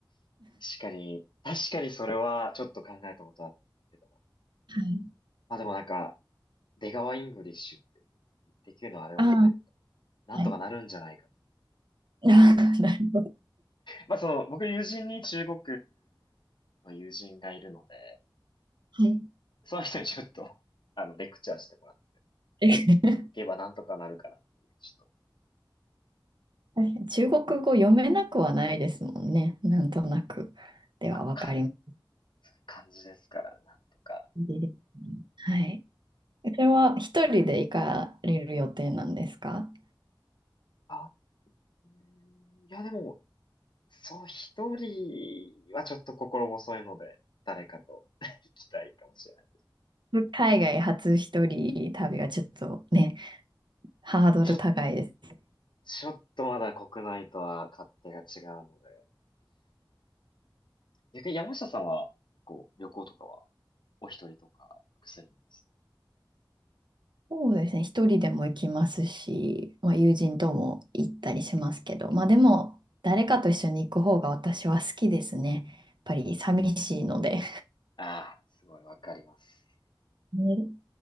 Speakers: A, on the left (about 65°); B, on the right (about 65°).
A: 確かに、確かにそれはちょっと考えたことあるんですけど。
B: はい。
A: まあでもなんか、出川イングリッシュっていう、できるのあれを見てると、
B: ああ、
A: なんとかなるんじゃないかと。
B: はい。<laughs> ああ、なる
A: まあその、僕友人に中国の友人がいるので、
B: ほど。はい
A: その人にちょっと、あの、レクチャーしてもらっ
B: え
A: ていけばなんとかなるかなっていう、ちょっと、
B: 確かに中国語読めなくはないですもんね。なんとなく。では分かります。
A: まあ、かん、感じですからね、なんとか。
B: いいですねはい。それは一人で行かれる予定なんですか
A: あ、うーんいやでも、そう、一人はちょっと心細いので、誰かと <laughs> 行きたいかもしれない。
B: 海外初一人旅はちょっとね、ハードル高いです。
A: ちょっちょっとまだ国内とは勝手が違うので。逆に山下さんは、こう、旅行とかは、お一人とか、複数人ですと。
B: そうですね。一人でも行きますし、まあ、友人とも行ったりしますけど、まあでも、誰かと一緒に行く方が私は好きですね。やっぱり寂しいので。
A: ああ、すごいわかります。
B: ね